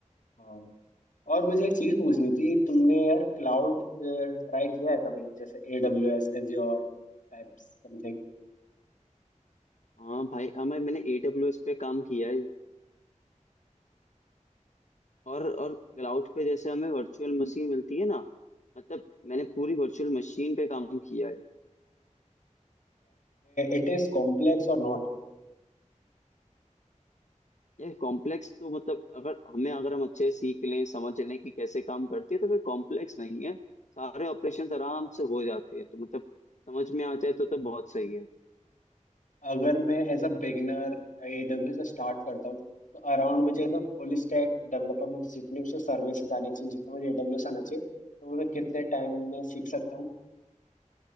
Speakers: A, on the left; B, on the left.
A: हाँ और मुझे एक चीज पूछनी थी तुमने यार क्लाउड ट्राई किया है कभी जैसे A W S Azure type something
B: हाँ भाई हाँ मैं मैंने AWS पे काम किया है और और क्लाउड पे जैसे हमें वर्चुअल मशीन मिलती है ना मतलब मैंने पूरी वर्चुअल मशीन पे काम किया है
A: It is complex और नॉट
B: यार कॉम्प्लेक्स तो मतलब अगर हमें अगर हम अच्छे से सीख लें समझ लें कि कैसे काम करती है तो फिर कॉम्प्लेक्स नहीं है सारे ऑपरेशन आराम से हो जाते हैं तो मतलब समझ में आ जाए तो तो बहुत सही है
A: अगर मैं as a beginner A W से स्टार्ट करता हूँ तो अराउंड मुझे as a full stack developer मुझे जितनी मुझे सर्विसेज आनी चाहिए जितना मुझे ए डब्ल्यू एस आना चाहिए तो वो मैं कितने टाइम में सीख सकता हूँ